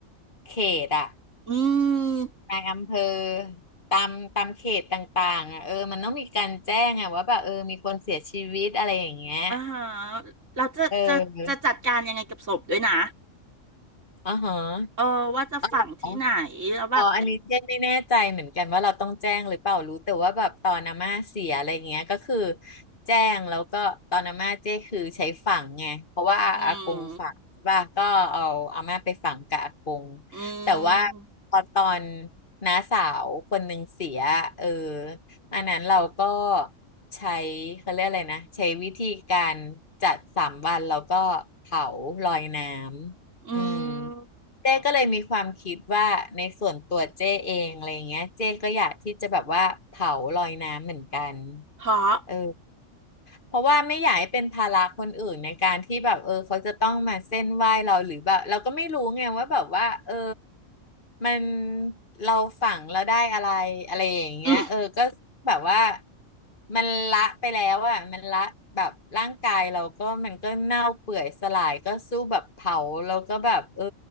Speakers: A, on the left (about 40°); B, on the right (about 70°).
A: เขตอะ
B: อืม
A: บางอำเภอตามตามเขตต่างๆอ่ะเออมันต้องมีการแจ้งอ่ะว่าแบบเออมีคนเสียชีวิตอะไรอย่างเงี้ย
B: อ่าฮะเราจะจะจะจัดการยังไงกับศพด้วยนะ
A: เอออ๋อฮะ
B: เออว่าจะฝังที่ไหนแล้วแบบ
A: อ๋อเหรอ อ๋ออันนี้เจ๊ไม่แน่ใจเหมือนกันว่าเราต้องแจ้งหรือเปล่ารู้แต่ว่าแบบตอนอาม่าเสียอะไรเงี้ยก็คือแจ้งแล้วก็ตอนอาม่าเจ๊คือใช้ฝังไงเพราะว่าอาอากงฝังใช่ป่ะก็เอาอาม่าไปฝังกับอากง
B: อืม อื
A: แต่ว่า
B: ม
A: พอตอนน้าสาวคนหนึ่งเสียเอออันนั้นเราก็ใช้เขาเรียกอะไรนะใช้วิธีการจัดสามวันแล้วก็เผาลอยน้ำอืม
B: อืม
A: เจ้ก็เลยมีความคิดว่าในส่วนตัวเจ้เองอะไรเงี้ยเจ้ก็อยากที่จะแบบว่าเผาลอยน้ำเหมือนกัน
B: เพราะ
A: เออ เพราะว่าไม่อยากให้เป็นภาระคนอื่นในการที่แบบเออเขาจะต้องมาเส้นไหว้เราหรือแบบเราก็ไม่รู้ไงว่าแบบว่าเออมันเราฝังเราได้อะไรอะไรอย่างเงี้ยเออก็แบบว่า
B: อืม
A: มันละไปแล้วอ่ะมันละแบบร่างกายเราก็มันก็เน่าเปื่อยสลายก็สู้แบบเผาแล้วก็แบบเออ